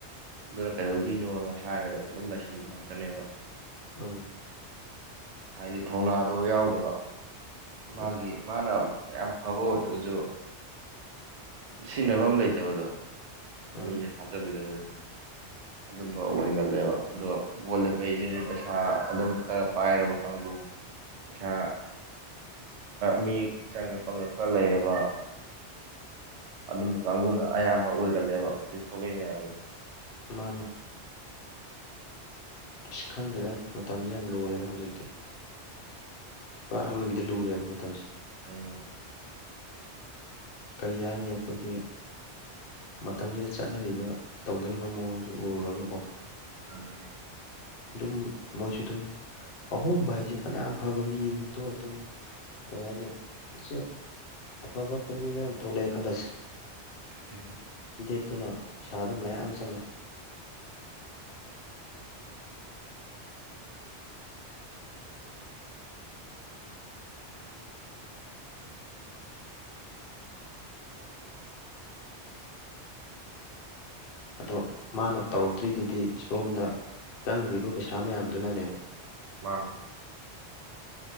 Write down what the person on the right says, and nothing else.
ꯑꯗꯨꯅ ꯀꯩꯗꯧꯗꯣꯏꯅꯣꯅ ꯍꯥꯏꯔꯒ ꯑꯗꯨꯝ ꯂꯩꯁꯟꯕ ꯉꯥꯛꯇꯅꯦꯕ
ꯍꯥꯏꯗꯤ ꯊꯧꯅꯥꯗꯣ ꯌꯥꯎꯗꯕ ꯃꯥꯒꯤ
ꯃꯥꯅ ꯌꯥꯝ ꯐꯕ ꯑꯣꯏꯔꯒꯁꯨ ꯁꯤꯖꯤꯟꯅꯕ ꯑꯃ ꯂꯩꯇꯕꯗꯣ
ꯃꯤꯅꯦ ꯊꯥꯗꯕꯤꯗ ꯐꯦ ꯑꯗꯨꯝꯕ ꯑꯣꯏꯒꯜꯂꯦꯕ ꯑꯗꯨꯒ ꯐꯨꯕꯣꯜ ꯂꯦꯄꯩꯁꯤꯗꯤ ꯄꯩꯁꯥ ꯑꯗꯨꯝ ꯈꯔ ꯄꯥꯏꯔꯕ ꯀꯥꯡꯪꯒꯨ ꯄꯩꯁꯥ ꯃꯤ ꯆꯪꯉꯛ ꯄꯪꯉꯛꯄ ꯂꯩꯔꯕ ꯑꯗꯨꯝꯕ ꯀꯥꯡꯕꯨꯅ ꯑꯌꯥꯝꯕ ꯑꯣꯏꯒꯜꯂꯦꯕ ꯍꯧꯖꯤꯛ ꯊꯣꯛꯂꯛꯏ ꯃꯌꯥꯝꯁꯦ
ꯎꯝ
ꯎꯝ
ꯎꯝ
ꯃꯥꯅꯦ